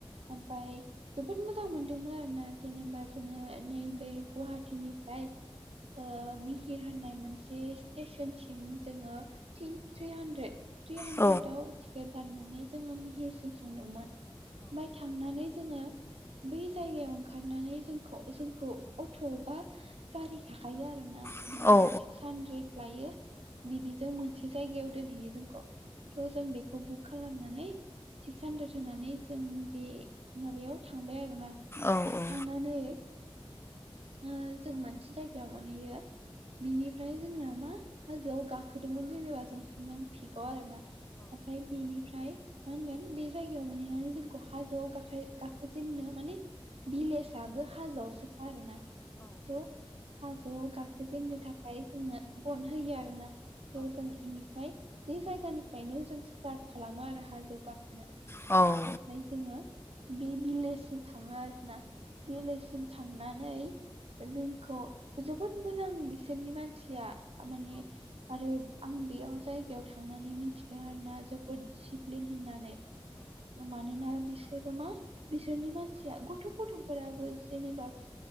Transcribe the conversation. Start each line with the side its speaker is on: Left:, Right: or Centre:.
Right: ओमफ्राय जोबोद मोजां मोनदोंमोन आरोना जेनेबा जोङो नैबे गुवाहाटिनिफ्राय मिहिर होननाय मोनसे स्टेसनसिम जोङो थनि थ्रि हान्द्रेड थ्रि हान्द्रेदाव
Left: औ
Right: टिकेट दाननानै जोङो मिहिरसिम थांदोंमोन ओफ्राय थांनानै जोङो बै जायगायाव ओंखारनानै जोंखौ जोंखौ अट' बा गारि थाखायो आरो ना
Left: औ
Right: इदि
Left: औ
Right: सिक्स हान्द्रेद लायो बिदिजों मोनसे जायगायाव दोनहैयो जोंखौ थ' जों बेखौ बु बुक खालामनानै सिक्स हानद्रेद होनानै जों बे माबायाव थांबाय आरोना
Left: औ औ
Right: थांनानै ओ जों मोनसे जायगायाव मोनहैयो बिनिफ्राय जोंना मा हाजोआव गाखोदोंमोन जेनोबा जों थलां पिकाव आरोना आमफ्राय बिनिफ्राय मा होनगोन बे जायगायाव मोनहैनानै जोंखौ हाजोआव गाखाइ गाखोजनो मानि भिलेजआबो हाजोआवसोखा आरोना थ' हाजोआव गाखोजेेननो थाखाय जोंनो ग'न होयो आरो ना स' जों इनिफ्राय बे जायगानिफ्रायनो जों स्टार्ट खालामो आरो हाजोआव गाखोनो
Left: औ
Right: आमफ्राय जोङो बे भिलेजसिम थाङो आरोना भिलेजसिम थांनानै जोंखौ जोबोद मोजां बिसोरनि मानसिआ माने आरो आं बेआव जायगायाव थांनानै मिथिदो आरो ना जोबोद सिप्लिट होननानै मानोना बिसोरो मा बिसोरनि मानसिआ गथ' गथ'फोराबो जेनोबा